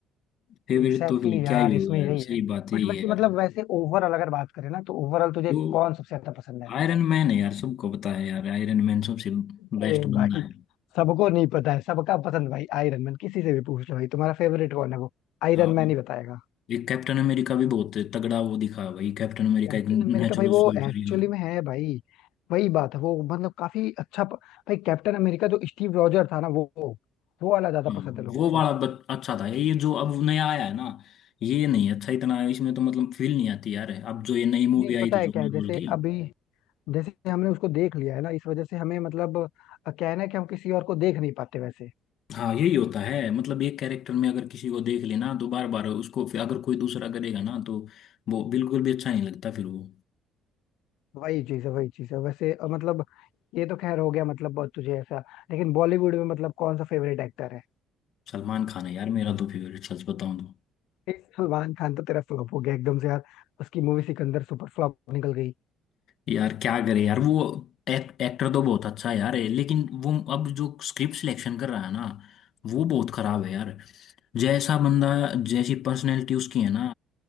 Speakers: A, on the left; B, on the left.
A: फेवरेट
B: में एग्जैक्टली
A: तो फिर
B: यार
A: क्या ही होगा
B: इसमें
A: यार
B: यही
A: सही
B: है
A: बात यही
B: बट वैसे
A: है यार
B: मतलब वैसे ओवरऑल अगर बात करें ना तो ओवरऑल तुझे
A: तो
B: कौन सबसे ज्यादा पसंद है
A: आयरन मैन है यार सबको पता है यार आयरन मैन सबसे
B: अरे
A: बेस्ट बंदा
B: भाई
A: है
B: सबको नहीं पता है सबका पसंद भाई आयरन मैन किसी से भी पूछ लो भाई तुम्हारा फेवरेट कौन है वो आयरन
A: हाँ
B: मैन ही बताएगा
A: ये कैप्टन अमेरिका भी बहुत तगड़ा वो दिखा है भाई कैप्टन अमेरिका
B: कैप्टन
A: एक नेचुरल
B: अमेरिका भाई वो
A: सोल्जर
B: एक्चुअली में है भाई वही बात है वो मतलब काफी अच्छा प... भाई कैप्टन अमेरिका जो स्टीव रॉजर था ना वो वो वाला ज्यादा
A: हम्म,
B: पसंद है लोगों
A: वो वाला
B: को
A: बच, अच्छा था ये जो अब नया आया है ना ये नहीं अच्छा इतना इसमें तो मतलब फील नहीं आती यार अब जो ये नई मूवी
B: नहीं पता
A: आई थी
B: है
A: जो
B: क्या
A: मार्वल
B: है जैसे
A: की
B: अभी जैसे हमने उसको देख लिया है ना इस वजह से हमें मतलब अ, क्या है ना कि हम किसी और को देख नहीं पाते वैसे
A: हाँ यही होता है मतलब एक कैरेक्टर में अगर किसी को देख लेना तो बार बार उसको फिर अगर कोई दूसरा करेगा ना तो वो बिल्कुल भी अच्छा नहीं लगता फिर वो
B: वही चीज है वही चीज है वैसे अ, मतलब ये तो खैर हो गया मतलब बहुत तुझे ऐसा लेकिन बॉलीवुड में मतलब कौन सा फेवरेट एक्टर है
A: सलमान खान है यार मेरा तो फेवरेट सच बताऊं तो
B: ए, सलमान खान तो तेरा फ्लॉप हो गया एकदम से यार उसकी मूवी सिकंदर सुपर फ्लॉप निकल गई
A: यार क्या करे यार वो एक, एक्टर तो बहुत अच्छा है यार है, लेकिन वो अब जो स्क्रिप्ट सिलेक्शन कर रहा है ना वो बहुत खराब है यार जैसा बंदा जैसी पर्सनैलिटी उसकी है ना